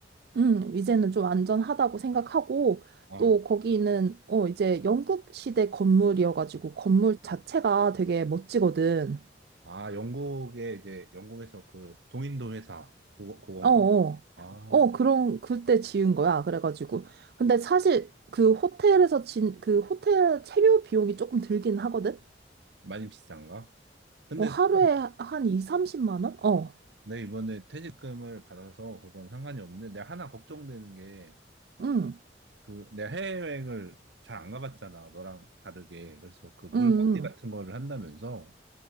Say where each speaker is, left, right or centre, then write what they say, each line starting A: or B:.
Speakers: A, on the right; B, on the right.
A: 음, 이제는 좀 안전하다고 생각하고,
B: 어,
A: 또 거기는, 어, 이제 영국 시대 건물이어가지고, 건물 자체가 되게 멋지거든.
B: 아, 영국에 이제, 영국에서 그 동인도 회사, 그거, 그건가?
A: 어, 어.
B: 아,
A: 어, 그런, 그때 지은 거야. 그래가지고. 근데 사실 그 호텔에서 진, 그 호텔 체류 비용이 조금 들긴 하거든?
B: 많이 비싼가? 근데
A: 어, 하루에
B: 상관-
A: 한 2, 30만 원? 어.
B: 내가 이번에 퇴직금을 받아서 그건 상관이 없는데, 내가 하나 걱정되는 게,
A: 응,
B: 그, 내가 해외여행을 잘 안 가봤잖아, 너랑 다르게. 그래서 그 물갈이
A: 응, 응.
B: 같은 거를 한다면서,